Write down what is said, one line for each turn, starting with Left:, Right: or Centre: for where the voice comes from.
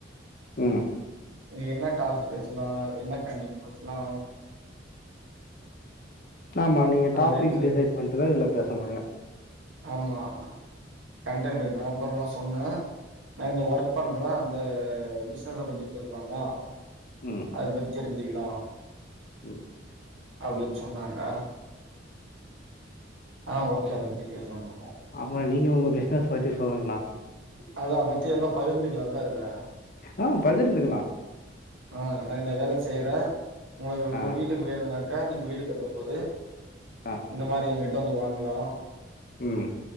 Left: ம்
Right: அ என்ன டாஸ்க் பேசலா என்ன கண்டன்ட் பேசலா
Left: ஆமா நீங்க
Right: அப்டின்ட்டு
Left: டாபிக் டிசைட் பண்ட்டு தா இதுல பேச முடியு
Right: ஆமா கண்டன்ட் இல்ல அப்பறோ சொன்னே நா இந்த ஒர்க் பண்றே அந்த பிஸ்னஸ்ச பத்தி பேசலாமா
Left: ம்
Right: அத பத் தெரிஞ்சுக்குலா
Left: ம்
Right: அப்டின் ‌சொன்னாங்க ஆ ஓகே அத பத்தி பேசலானு சொன்னே
Left: அப்றோ நீங்க உங்க பிஸ்னஸ் பத்தி சொல்லுங்கண்ணா
Right: அத பத்தியெல்லா பகிர்ந்துக்கிற நல்லதுல
Left: ஆ பகிர்ந்துகலா
Right: ஆ நா இந்த வேலை செய்றே உங்களுக்கு உங்க
Left: ஆ
Right: வீட்டுக்கு வேணுனாக்கா நீங்க வீடு கட்டும் போது
Left: ஆ
Right: இந்த மாரி எங்க கிட்ட வந்து வாங்கலா
Left: ம்